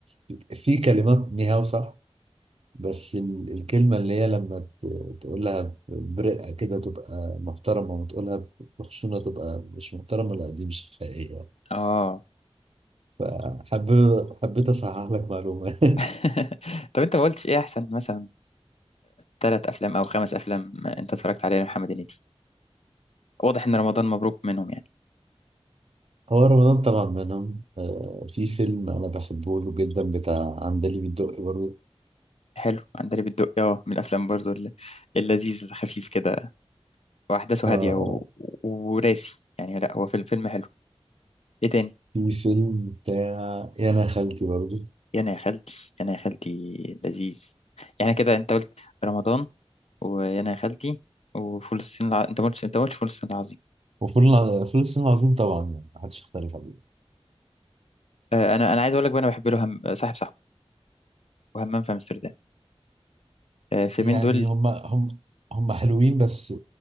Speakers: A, on the right (about 70°); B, on the left (about 75°).
A: في في كلمات نيهاو صح بس ال- الكلمة اللي هي لما ت- تقولها ب- برقة كده تبقى محترمة وتقولها ب- بخشونة تبقى مش محترمة لا دي مش حقيقية
B: اه
A: فحب حبيت أصحح لك معلومة
B: <laughs> طب انت ما قلتش ايه أحسن مثلا ثلاث أفلام أو خمس أفلام أنت اتفرجت عليها لمحمد هنيدي واضح ان رمضان مبروك منهم يعني
A: <laughs> هو رمضان طبعا منهم آه، في فيلم أنا بحبه له جدا بتاع عندليب الدقي برضه
B: حلو عندليب الدقي اه من الافلام برضو الل- اللذيذ الخفيف كده واحداثه
A: آه
B: هاديه و...
A: آه.
B: و- وراسي يعني لا هو فيلم فيلم حلو ايه تاني
A: في فيلم بتاع يا أنا خالتي برضه
B: يا انا يا خالتي يا انا يا خالتي لذيذ يعني كده انت قلت رمضان ويا انا يا خالتي وفول الصين الع... انت ما قلتش انت ما قلتش فول الصين العظيم
A: وفول الع- فول الصين العظيم طبعا يعني محدش يختلف عليه
B: آه انا انا عايز اقول لك بقى انا بحب له هم... صاحب صاحبه وهمام في امستردام آه فيلمين
A: يعني
B: دول
A: هم هم هم حلوين بس